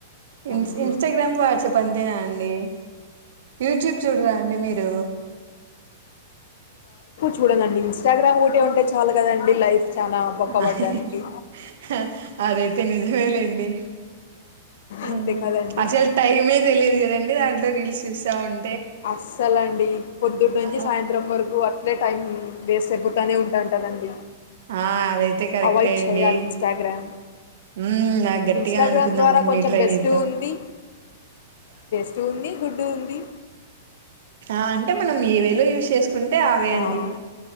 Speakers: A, on the left (about 50°); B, on the right (about 55°).
A: అవునండి
B: ఇన్స్ ఇన్స్టాగ్రామ్ వాట్సప్ గాంతేనా అండి యూట్యూబ్ చూడరా అండి మీరు?
A: చూడదండి, ఇన్స్టాగ్రామ్ ఒకటి ఉంటే చాలు కదా అంది లైఫ్ చానా బొక్కబడ్డానికి
B: అహహహా హా అదైతే నిజమే లేండి.
A: అంతే
B: మ్మ్
A: కదండి
B: అసలు టైమే తెలీదు కదండి దాంట్లో రీల్స్ చూస్సా ఉం
A: అస్సల అండి పొద్దుటి నుంచి
B: ఆ
A: సాయంత్రం వరకు అట్ ట్లే టైం వేస్ట్ అయిపోతానే ఉంటాంటదండి.
B: ఆ అదైతే కరెక్టే
A: అవాయిడ్
B: అండి.
A: చేయాలి ఇన్స్టాగ్రామ్
B: మ్మ్ బాగా గట్టిగా
A: ఇన్స్టాగ్రామ్
B: అనుకుందాం
A: ద్వారా
B: అండి
A: కొంచెం
B: ట్రై
A: బెస్ట్
B: చేద్దాం.
A: ఉంది బెస్ట్ ఉంది గుడ్ ఉంది
B: ఆ అంటే మనం ఏ వేళ యూజ్ చేస్ కుంటే ఆవే
A: ఆ,
B: అండి.